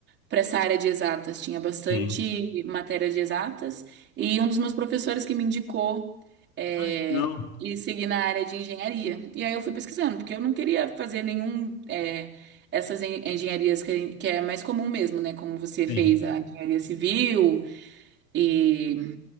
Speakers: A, on the right; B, on the left.
A: para essa área de exatas. Tinha bastante
B: sim.
A: matéria de exatas. E um dos meus professores que me indicou é,
B: Ah, que legal.
A: ir seguir na área de engenharia. E aí eu fui pesquisando, porque eu não queria fazer nenhum. é, essas en- engenharias que, que é mais comum mesmo, né? Como você
B: Sim,
A: fez a engenharia civil. E